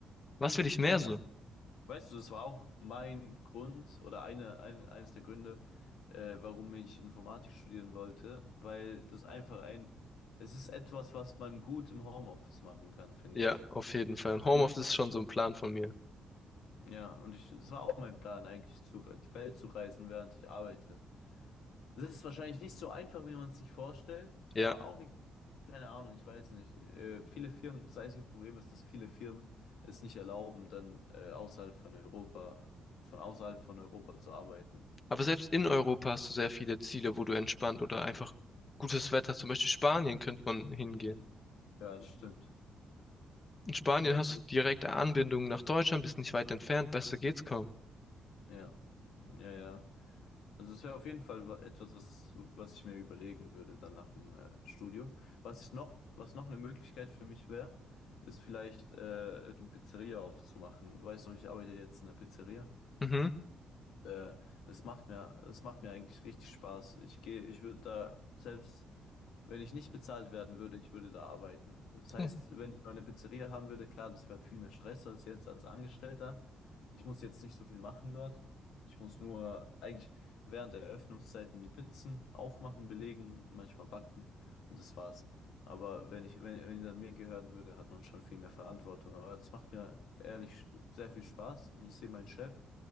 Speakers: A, on the left (about 25°); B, on the left (about 85°).
A: Was will ich mehr
B: Ja.
A: so?
B: Weißt du, es war auch mein Grund oder eine, ein, eines der Gründe, äh, warum ich Informatik studieren wollte, weil das einfach ein, es ist etwas, was man gut im Homeoffice machen kann, finde
A: Ja,
B: ich.
A: auf jeden Fall. Und
B: Eine,
A: Homeoffice ist schon so ein Plan von mir.
B: ja, und ich, es war auch mein Plan, eigentlich zu, die Welt zu reisen, während ich arbeite. Das ist wahrscheinlich nicht so einfach, wie man es sich vorstellt,
A: Ja.
B: aber auch nicht, keine Ahnung, ich weiß nicht. Äh, viele Firmen, das einzige Problem ist, dass viele Firmen es nicht erlauben, dann äh, außerhalb von Europa, von außerhalb von Europa zu arbeiten.
A: Aber selbst
B: Das,
A: in Europa hast du sehr viele Ziele, wo du entspannt oder einfach gutes Wetter, zum Beispiel Spanien, könnte man hingehen.
B: ja, das stimmt.
A: In Spanien
B: Zum Beispiel,
A: hast du direkte Anbindung nach Deutschland, bist nicht weit entfernt, besser geht's kaum.
B: ja, ja, ja. Also es wäre auf jeden Fall wa- etwas, was, was ich mir überlegen würde dann nach dem äh, Studium. Was ich noch, was noch eine Möglichkeit für mich wäre, ist vielleicht äh, eine Pizzeria aufzumachen. Du weißt doch, ich arbeite jetzt in der Pizzeria.
A: Mhm.
B: Äh, das macht mir, das macht mir eigentlich richtig Spaß. Ich gehe, ich würde da selbst Wenn ich nicht bezahlt werden würde, ich würde da arbeiten. Das heißt,
A: Hm.
B: wenn ich meine Pizzeria haben würde, klar, das wäre viel mehr Stress als jetzt als Angestellter. Ich muss jetzt nicht so viel machen dort. Ich muss nur eigentlich während der Eröffnungszeiten die Pizzen aufmachen, belegen, manchmal backen und das war's. Aber wenn ich, wenn, wenn die dann mir gehören würde, hat man schon viel mehr Verantwortung. Aber das macht mir ehrlich sehr viel Spaß und ich sehe meinen Chef,